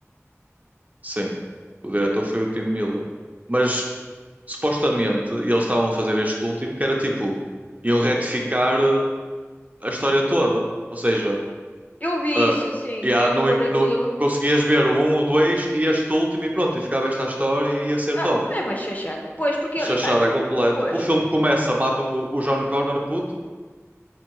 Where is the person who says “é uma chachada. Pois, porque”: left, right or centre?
Left